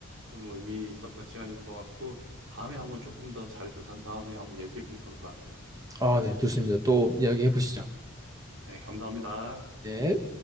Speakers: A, on the right; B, on the right.
A: 좀 의미 있었던 시간인 것 같고 다음에 한번 조금 더 자료 조사한 다음에 한번 얘기해보면 좋을 것 같아요.
B: 아, 네, 좋습니다. 또 이야기해 보시죠.
A: 네, 감사합니다.
B: 네.